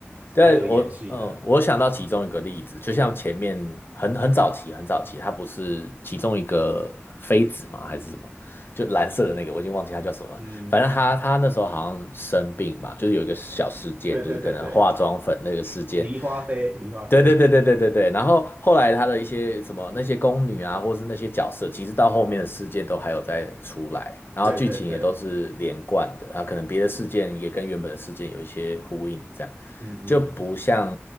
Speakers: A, on the left (about 50°); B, on the right (about 40°).
A: 对，
B: 还有延续的，
A: 我，嗯，我想到其中一个例子，就像前面很很早期，很早期，它不是其中一个妃子嘛，还是什么？就蓝色的那个，我已经忘记它叫什么了反正他他那时候好像生病嘛，
B: 嗯，
A: 就是有一个小事件，
B: 对对对对，
A: 就是可能化妆粉那个事件。
B: 梨花飞，梨花飞，
A: 对对对对对对对。然后后来他的一些什么那些宫女啊，或是那些角色，其实到后面的事件都还有再出来，然后剧情也都是连贯的啊，
B: 对对对，
A: 可能别的事件也跟原本的事件有一些呼应，这样。
B: 嗯嗯，
A: 就不像